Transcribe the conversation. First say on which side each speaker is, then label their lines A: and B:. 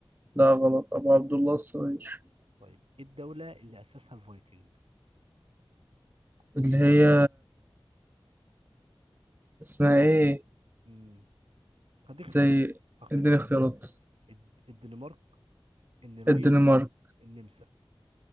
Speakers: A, on the right; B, on the right.
A: لا غلط أبو عبد الله الصغير
B: طيب ايه الدولة اللي أسسها الفايكنج هل
A: اللي
B: في شمال
A: هي اسمها إيه
B: امم هديك اختيارات
A: زي
B: هختار
A: اديني
B: ده.
A: اختيارات
B: الد- الدنمارك النرويج
A: الدنمارك
B: النمسا